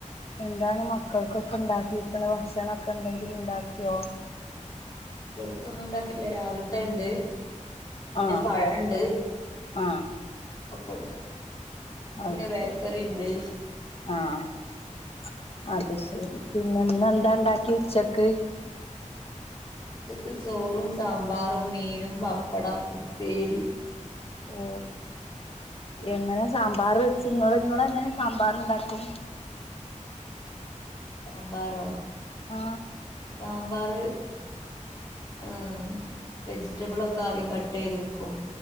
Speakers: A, on the left; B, on the left.
A: എന്താണ് മക്കൾക്കൊക്കെ ഉണ്ടാക്കിരിക്കണ ഭക്ഷണംന്തൊക്കെ ഉണ്ടെങ്കിൽ ഉണ്ടാക്കിയോ
B: മ് ഒന്നും ഉണ്ടാക്കിയിട്ടില്ല രാവിലത്തെ ഉണ്ട് പിന്നെ
A: ആഹ്
B: പഴണ്ട്
A: ആഹ്
B: ഒക്കെ ഉണ്ട്
A: അത്
B: പിന്നെ ബേക്കറി
A: ശരി
B: ഉണ്ട്
A: ആഅത ശരി പിന്നെന്ന എന്താ ഉണ്ടാക്കി ഉച്ചക്ക്
B: ച്ചെക്ക് ചോറും സാമ്പാറും മീനും പപ്പടം ഉപ്പേരി
A: ഓ എങ്ങനെ സാമ്പാർ വെച്ച്ങ്ങ ഇങ്ങള എങ്ങനെ സാമ്പാർ ഉണ്ടാക്കും
B: സാമ്പറോ
A: ആ
B: സാമ്പാർ ആ വെജിറ്റബിള ഒക്കെ ആദ്യം കട്ട്യ്തുവാക്കും